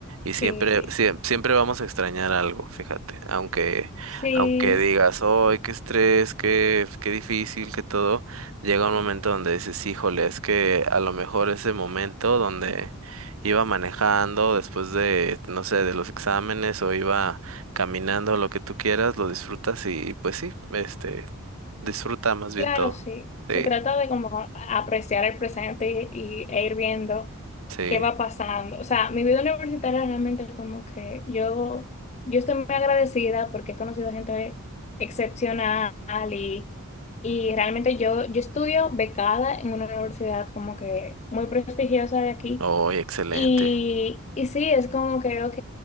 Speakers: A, on the right (about 70°); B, on the left (about 30°).
A: y siempre,
B: Sí, sí.
A: siem- siempre vamos a extrañar algo, fíjate, aunque,
B: Sí,
A: aunque digas, ¡ay, qué estrés, qué, qué difícil, qué todo! Llega un momento donde dices, híjole, es que a lo mejor ese momento donde iba manejando después de, no sé, de los exámenes o iba caminando, lo que tú quieras, lo disfrutas y, y pues sí, este, disfruta más bien
B: Claro,
A: todo.
B: sí. Se
A: Sí,
B: trata de como apreciar el presente y, y- e ir viendo
A: sí.
B: qué va pasando. O sea, mi vida universitaria realmente como que yo, yo estoy muy agradecida porque he conocido gente excepcional y, y realmente yo, yo estudio becada en una universidad como que muy prestigiosa de aquí.
A: ¡Ay, excelente!
B: Y, y sí, es como que, ok,